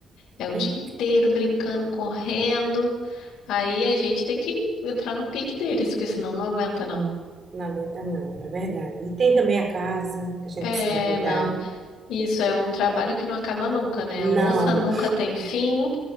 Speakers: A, on the left; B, on the right.
A: É o
B: E
A: dia inteiro brincando, correndo. Aí a gente tem que entrar no pique deles, porque senão não aguenta, não.
B: não aguenta não, é verdade. E tem também a casa que a gente
A: É,
B: precisa cuidar.
A: não. Isso é um trabalho que não acaba nunca, né?
B: Não,
A: A louça nunca tem fim.